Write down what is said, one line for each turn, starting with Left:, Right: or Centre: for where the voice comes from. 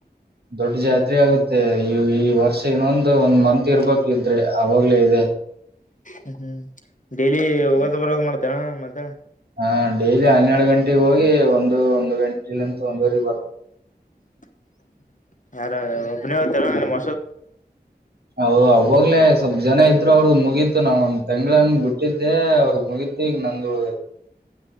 Right: ದೊಡ್ಡ ಜತಿ. ಸರಿ ಆಗುತ್ತೆ ಈ ಈ ವರ್ಷ ಇನ್ನೊಂದು ಒಂದ್ ಮಂತ್ ಇರ್ಬೇಕಿದ್ರೆ ಆವಗ್ಲೇ ಇದೆ. <inaudible>
Left: ಹ್ಮ ಹ್ಮ್ ಡೆೇಲಿ ಮದುವೆಗಳಲ್ಲಿ ಮಾಡ್ತೀಯಾ ಮತ್ತೆ
Right: ಹಾ ಡೈಲಿ ಹನ್ನೆರಡು ಗಂಟೆಗೆ ಹೋಗಿ ಒಂದು ಒಂದು ಗಂಟೆಲಂತ ಒಂದುವರೆ ಬರ್ತವಿ
Left: <inaudible> ಯಾರ ಒಬ್ಬನೇ ಓಯ್ತಿನೋ ನಿಮ್ಮ
Right: ಹ ಅವಾಗ್ಲೇ ಸ್ವಲ್ಪ್ ಜನ ಇದ್ ಅವ್ರ ಮುಗೀತು ನಾವ್ ಒಂದ್ ತಂಗ್ಳ ಹಂಗ್ ಬಿಟ್ಟಿದ್ದೆ ಅವ್ರಗ್ ಮುಗೀತ ಈಗ್ ನಂದ <inaudible>